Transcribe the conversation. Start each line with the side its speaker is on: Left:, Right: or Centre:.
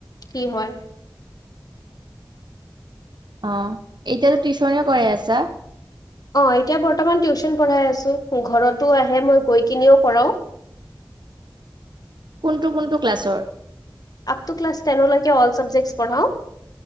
Left: কি হয়।
Right: অঁ, এতিয়াতো টিউশনেও কৰাই আছা?
Left: অঁ এতিয়া বৰ্তমান টিউশচন পঢ়াই আছো ঘৰতো আহে মই গৈ কিনেও কৰাওঁ।
Right: কোনটো কোনটো ক্লাছৰ।
Left: আপতু ক্লাচ তেনৰলৈকে অল চাবজেক্ট পঢ়াও।